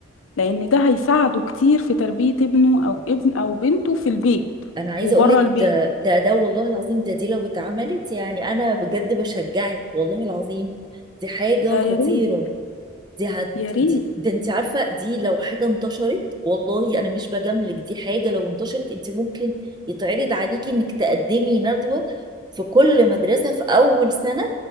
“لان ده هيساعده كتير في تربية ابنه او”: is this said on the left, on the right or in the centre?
Left